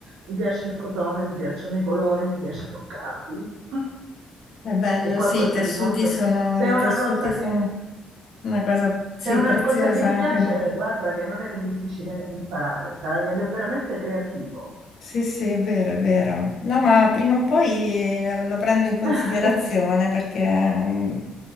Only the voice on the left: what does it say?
È bello,
sì, i tessuti
sono,
i
tessuti
sono
una cosa, sì,
preziosa
anche.
Sì, sì, è vero, è vero. No, ma prima o poi lo, lo prendo in considerazione
perché mm,